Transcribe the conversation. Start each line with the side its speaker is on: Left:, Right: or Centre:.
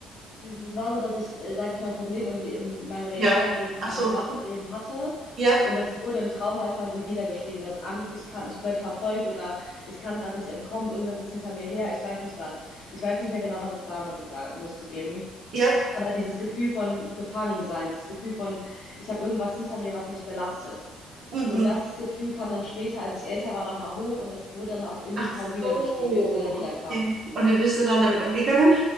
Left: äh, das war so, dass ich, äh, sage ich mal, ein Problem im, Le- in meinem realen
Right: Ja.
Left: Leben,
Right: Ach
Left: also
Right: so.
Left: im wachen Leben hatte.
Right: Ja,
Left: Und das wurde im Traum halt quasi wiedergespiegelt als Angst. Ich kann, ich werde verfolgt oder ich kann gerade nicht entkommen, irgendwas ist hinter mir her, ich weiß nicht was. Ich weiß nicht mehr genau, was es war, muss ich sagen, muss ich zugeben.
Right: ja.
Left: Aber dieses Gefühl von Gefangensein, dieses Gefühl von, ich habe irgendwas hinter mir, was mich belastet.
Right: Mhm.
Left: Und das Gefühl kam dann später, als ich älter war, nochmal hoch und das wurde dann auch in
Right: Ach
Left: dem Traum wiedergespiegelt,
Right: so.
Left: der dann wieder kam.
Right: Okay. Und wie bist du dann damit umgegangen?